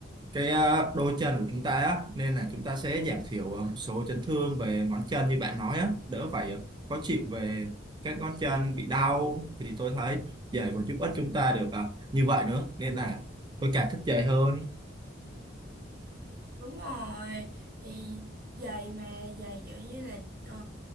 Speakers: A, on the right (about 25°); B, on the right (about 55°).
A: cái ờ, đôi chân của chúng ta á nên là chúng ta sẽ giảm thiểu ờ, một số chấn thương về ngón chân như bạn nói á đỡ phải ờ, khó chịu về các ngón chân bị đau thì tôi thấy giày còn giúp ích chúng ta được ờ, như vậy nữa nên là tôi càng thích giày hơn
B: Đúng rồi, thì giày mà giày kiểu như là ờ,